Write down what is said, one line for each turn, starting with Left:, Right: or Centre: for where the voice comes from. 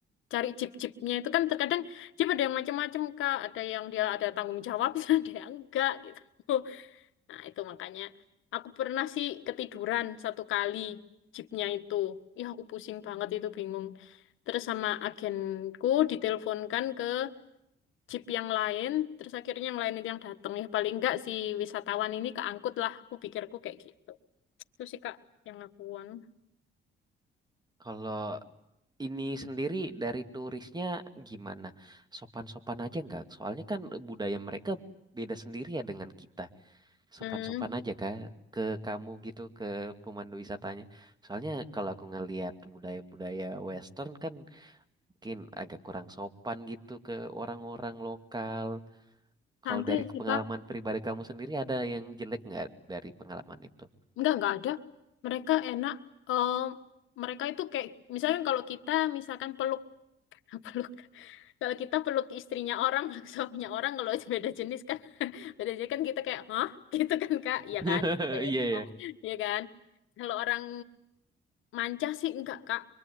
Left: cari jeep-jeepnya itu kan terkadang jeep ada yang macam-macam Kak, ada yang dia ada tanggung jawabnya, <laughs> ada yang enggak gitu. Nah itu makanya aku pernah sih ketiduran satu kali jeepnya itu. Ih aku pusing banget itu bingung. Terus sama agenku diteleponkan ke jeep yang lain, terus akhirnya yang lain itu yang datang. Ya paling enggak si wisatawan ini keangkut lah, aku pikirku kayak gitu. Itu sih Kak yang aku anu.
Right: kalau ini sendiri dari turisnya gimana? Sopan-sopan aja nggak? Soalnya kan budaya mereka beda sendiri ya dengan kita. Sopan-sopan
Left: Hmm,
Right: aja kah ke kamu gitu, ke pemandu wisatanya? Soalnya kalau aku ngelihat budaya-budaya Western kan mungkin agak kurang sopan gitu ke orang-orang lokal. Kalau
Left: santai
Right: dari
Left: sih
Right: pengalaman
Left: Kak.
Right: pribadi kamu sendiri ada yang jelek nggak dari pengalaman itu?
Left: Enggak, enggak ada. Mereka enak. Eh, mereka itu kayak, misalkan kalau kita misalkan peluk, <laughs> peluk. Kalau kita peluk istrinya orang, peluk suaminya orang, kalau beda jenis kan, beda jenis kan kita kayak, hah? <laughs> Gitu kan Kak? Iya kan?
Right: <laughs>
Left: Kayak
Right: Iya,
Left: kita,
Right: ya,
Left: Iya kan? Kalau orang manca sih enggak Kak.